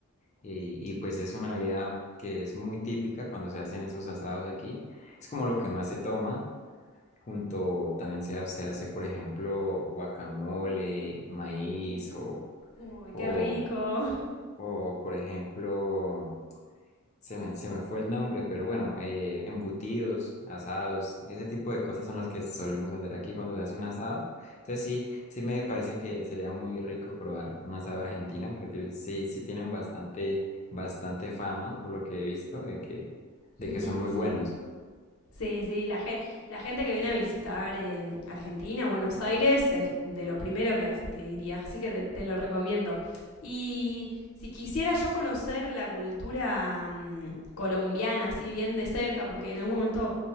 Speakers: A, on the left; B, on the left.
A: y, y, pues es una bebida que es muy típica cuando se hacen esos asados aquí. Es como lo que más se toma. Junto también se, ha- se hace, por ejemplo, guacamole, maíz o,
B: Uy,
A: o,
B: qué rico.
A: o, por ejemplo, se me, se me fue el nombre, pero bueno, eh, embutidos, asados, ese tipo de cosas son las que solemos hacer aquí cuando se hace un asado. Entonces sí, sí me parece que sería muy rico probar un asado de Argentina, porque te- sí, sí tienen bastante, bastante fama, por lo que he visto, de que, de
B: <laughs>
A: que son muy
B: sí.
A: buenos.
B: Sí, sí, la, ge- la gente que viene a visitar eh, Argentina, Buenos Aires, es de lo primero que hace, te diría. Así que te, te lo recomiendo. Y si quisiera yo conocer la cultura mm, colombiana así bien de cerca, porque en algún momento